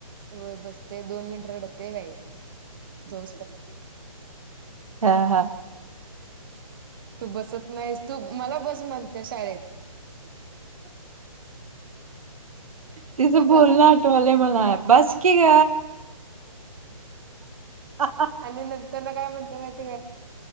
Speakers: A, on the right; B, on the right.
A: होय बसते दोन मिनिट रडते वई जो
B: हां, हां.
A: तू बसत नाहीस तू मला बस म्हणते शाळेत
B: तिचं
A: तू
B: बोल
A: बस
B: ना आटोले मला बस की ग. हा
A: आणि नंतर ना काय म्हणते माहिती